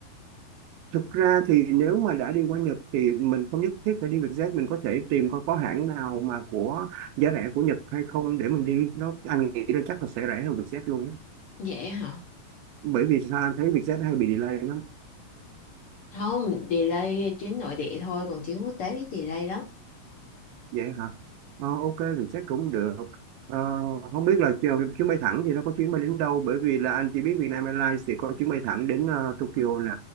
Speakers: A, on the right; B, on the left.
A: thực ra thì nếu mà đã đi qua Nhật thì mình không nhất thiết phải đi Vietjet mình có thể tìm coi có hãng nào mà của giá rẻ của Nhật hay không để mình đi nó anh nghĩ là chắc là sẽ rẻ hơn Vietjet luôn á.
B: vậy hả
A: bởi vì sao anh thấy Vietjet hay bị delay lắm
B: không delay chuyến nội địa thôi còn chuyến quốc tế thì delay lắm
A: vậy hả Ờ, ok Vietjet cũng được Ờ, không biết là chiều- chuyến bay thẳng thì nó có chuyến bay đến đâu bởi vì là anh chỉ biết Vietnam Airlines thì có chuyến bay thẳng đến ờ, Tokyo nè